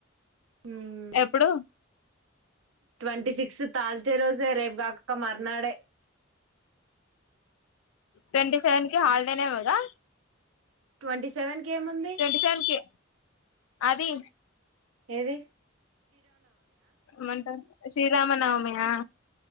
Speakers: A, on the right; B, on the left.
A: ఉహ్
B: ఎప్పుడు
A: ట్వంటీ సిక్స్త్ థార్స్ డే రోజే రేపు కాక మర్నాడే
B: ట్వంటీ సెవెన్ కి హాలిడే నేమో గా
A: ట్వంటీ సెవెన్ కి ఏముంది
B: ట్వంటీ సెవెన్ కి అది
A: ఏది
B: ఏమంటా శ్రీరామనవమి ఆ